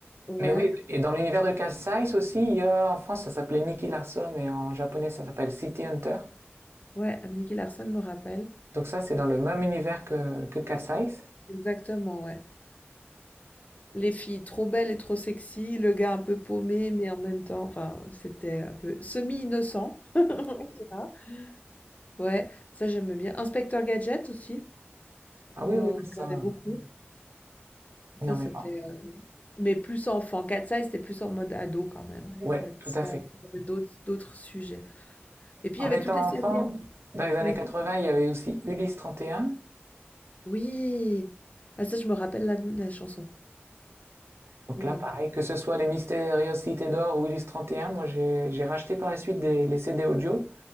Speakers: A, on the left; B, on the right.
A: Ouais,
B: Mais oui, et dans l'univers de Cast Size aussi, il y a, en France, ça s'appelait Nicky Larson et en japonais, ça s'appelle City Hunter.
A: ouais, Nicky Larson me rappelle.
B: Donc ça, c'est dans le même univers que, que Cat Size.
A: Exactement, ouais. Les filles trop belles et trop sexy, le gars un peu paumé, mais en même temps, enfin, c'était un peu semi-innocent. <laughs> tu vois. Ouais, ça j'aime bien. Inspecteur Gadget aussi,
B: Ah
A: on
B: oui, oui,
A: regardait
B: ça,
A: beaucoup.
B: énormément.
A: Ça c'était, euh, mais plus enfant. Cat Size, c'était plus en mode ado quand même.
B: Ouais,
A: Ça,
B: tout
A: ça
B: à fait.
A: abordait d'autres d'autres sujets. Et puis
B: En
A: il y avait
B: étant
A: toutes les séries.
B: enfant,
A: hein.
B: dans les années
A: Vas-y.
B: 80, il y avait aussi Ulysse 31.
A: Oui. Ah, ça je me rappelle la, la chanson.
B: Donc
A: Je me
B: là,
A: rappelle.
B: pareil, que ce soit les Mystérieuses Cités d'Or ou Ulysse 31, moi, j'ai, j'ai racheté par la suite des, les CD audio.